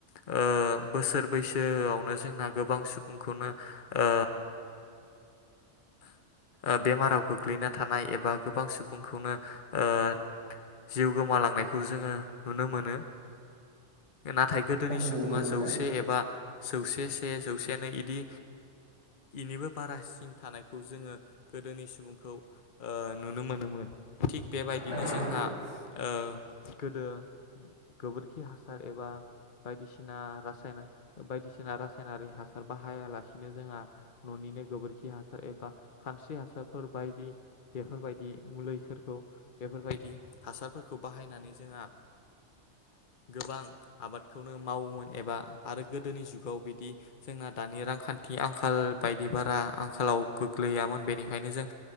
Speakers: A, on the left (about 45°); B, on the left (about 80°).
A: ओ बोसोर बैसोआवनो जोंना गोबां सुबुंखौनो ओ ओ बेमाराव गोग्लैना थानाय एबा गोबां सुबुंखौनो ओ जिउ गोमालांनायखौ जोङो नुनो मोनो। नाथाय गोदोनि
B: औ
A: सुबुङा
B: नंगौ नोंथां
A: जौसे एबा जौसे से जौसेनै इदि इनिबो बारासिन थानायखौ जोङो गोदोनि सुबुंखौ ओ नुनो मोनोमोन थिग बेबायदिनो
B: औ
A: जोंहा
B: औ
A: ओ गोदो गोबोरखि हासार एबा बायदिसिना रासायना बायदिसिना रासायनारि हासार बाहायालासिनो जोंहा न'निनो गोबोरखि हासार एबा खानस्रि हासारफोर बायदि बेफोरबायदि मुलिफोरखौ बेफोरबायदि हासारफोरखौ बाहायनानै जोंहा गोबां आबादखौनो मावोमोन एबा आरो गोदोनि जुगाव बिदि जोंना दानि रांखानथि आंखाल बायदि बारा आंखालाव गोग्लैयामोन बेनिखायनो जों